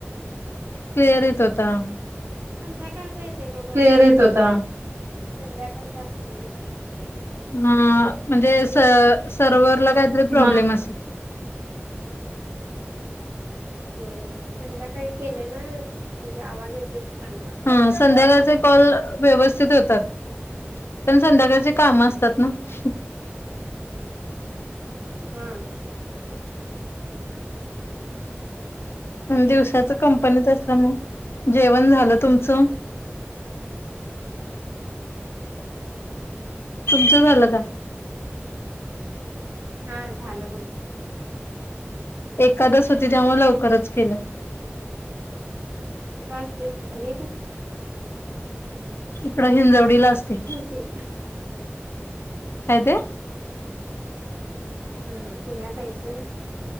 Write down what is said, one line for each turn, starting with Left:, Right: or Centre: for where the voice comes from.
Left: क्लिअर येत होता.
Right: संध्याकाळच येतय बघ, क्लिअर येत होता, संध्याकाळचा असतय. <unintelligible>
Left: हा म्हणजे स सर्वरला काहीतरी प्रॉब्लेम
Right: हा
Left: असेल.
Right: होय होय, संध्याकाळी केलं ना, म्हणजे आवाज येतोय चांगला.
Left: हा संध्याकाळचे कॉल व्यवस्थित होतात. पण संध्याकाळचे कामं असतात ना, हं.
Right: हं.
Left: दोन दिवसाच कंपनीत असल्यामुळं मग जेवण झालं, तुमचं? तुमचं झालं काय?
Right: हा झालं बघ.
Left: एकादस होती त्यामुळं लवकरच केलं.
Right: हम्म. कुठं असतेच, इथं नाही का?
Left: इकडं हिंजवडीला असते.
Right: ती
Left: काय तेे
Right: हम्म हम्म, पुण्यात हायस होय.